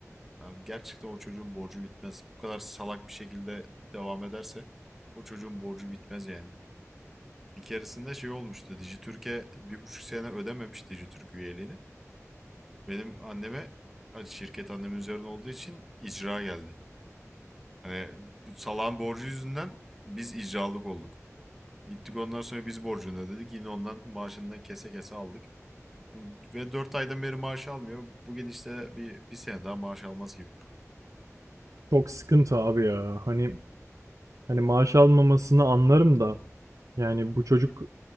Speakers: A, in the centre; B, on the right.
A: Abi gerçekten o çocuğun borcu bitmez. Bu kadar salak bir şekilde devam ederse o çocuğun borcu bitmez yani. Bir keresinde şey olmuştu. Dijitürk'e bir buçuk sene ödememiş Dijitürk üyeliğini. Benim anneme hani şirket annemin üzerine olduğu için icra geldi. Hani bu salağın borcu yüzünden biz icralık olduk. Gittik ondan sonra biz borcunu ödedik. Yine ondan maaşından kese kese aldık. Ve 4 aydan beri maaş almıyor. Bu gidişle bir, bir sene daha maaş almaz gibi bu.
B: Çok sıkıntı abi ya. Hani hani maaş almamasını anlarım da yani bu çocuk